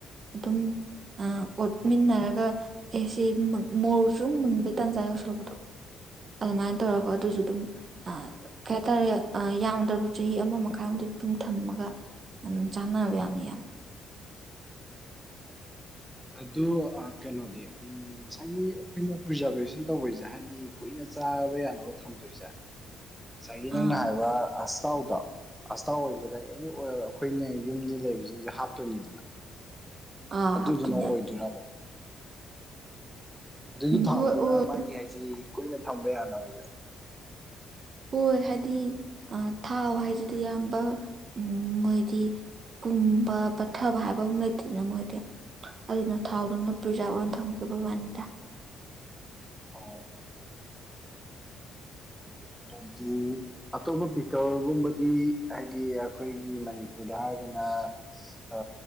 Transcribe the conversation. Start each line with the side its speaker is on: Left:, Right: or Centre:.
Right: ꯑꯗꯨꯝ ꯑꯥ ꯑꯣꯠꯃꯤꯟꯅꯔꯒ ꯑꯦꯁꯦ ꯃꯣꯔꯣꯛꯁꯨ ꯃꯨꯟꯕꯥ ꯇꯥꯟꯖꯥ ꯌꯧꯁꯤꯜꯂꯛꯄꯗꯣ ꯑꯗꯨꯃꯥꯏꯅ ꯇꯧꯔꯒ ꯑꯗꯨꯁꯨ ꯑꯗꯨꯝ ꯀꯩꯍꯥꯏꯇꯥꯔꯦ ꯑꯥ ꯌꯥꯝꯗ꯭ꯔꯕ ꯆꯍꯤ ꯑꯃ ꯃꯈꯥꯏꯃꯨꯛꯗꯤ ꯑꯗꯨꯝ ꯊꯝꯃꯒ ꯑꯗꯨꯝ ꯆꯥꯟꯅꯕ ꯌꯥꯕꯅꯤ ꯏꯌꯥꯝꯕ
Centre: ꯑꯗꯨ ꯑꯥ ꯀꯩꯅꯣꯗꯤ ꯎꯝ ꯉꯁꯥꯏꯒꯤ ꯑꯩꯈꯣꯏꯅ ꯄ꯭ꯔꯤꯖꯥꯔꯕꯦꯁꯟ ꯇꯧꯕꯩꯁꯦ ꯍꯥꯏꯗꯤ ꯀꯨꯏꯅ ꯆꯥꯕ ꯌꯥꯅꯕ ꯊꯝꯗꯣꯏꯁꯦ ꯉꯁꯥꯏꯒꯤ ꯅꯪꯅ
Right: ꯑꯥ
Centre: ꯍꯥꯏꯕ ꯑꯁꯥꯊꯥꯎꯗꯣ ꯑꯁꯇꯥꯎ ꯑꯣꯏꯒꯦꯔꯥ ꯑꯦꯅꯤ ꯑꯣꯏꯜ ꯑꯈꯣꯏꯅ ꯌꯨꯝꯗ ꯂꯩꯕꯖꯤꯡꯖꯦ ꯍꯥꯞꯇꯣꯏꯅꯤꯗꯅ
Right: ꯑꯥ
Centre: ꯑꯗꯨꯗꯨꯅ
Right: ꯍꯥꯞꯇꯨꯅꯦ
Centre: ꯑꯣꯏꯗꯣꯏꯔꯕ
Right: ꯌꯥꯝ
Centre: ꯑꯗꯨꯒꯤ ꯊꯥꯎꯗꯨꯅ
Right: ꯍꯣꯏ ꯍꯣꯏ
Centre: ꯃꯥꯒꯤ ꯍꯥꯏꯖꯤ ꯀꯨꯏꯅ ꯊꯝꯕ ꯌꯥꯅꯕꯖꯦ꯫
Right: ꯍꯣꯏ ꯍꯥꯏꯗꯤ ꯑ ꯊꯥꯎ ꯍꯥꯏꯖꯤꯗꯤ ꯌꯥꯝꯕ ꯎꯝ ꯃꯣꯏꯗꯤ ꯄꯨꯝꯕ ꯄꯠꯊꯕ ꯍꯥꯏꯕ ꯑꯃ ꯂꯩꯇꯦꯗꯅ ꯃꯣꯏꯗꯤ ꯑꯗꯨꯅ ꯊꯥꯎꯗꯨꯅ ꯄ꯭ꯔꯤꯖꯥꯕ ꯑꯣꯏꯅ ꯊꯝꯈꯤꯕꯩ ꯋꯥꯅꯤꯗ꯫
Centre: ꯑꯣ ꯑꯗꯤ ꯑꯇꯣꯞꯄ ꯄꯤꯀꯜꯒꯨꯝꯕꯗꯤ ꯍꯥꯏꯗꯤ ꯑꯈꯣꯏꯒꯤ ꯃꯅꯤꯄꯨꯔꯗ ꯍꯥꯏꯔꯒꯅ ꯑ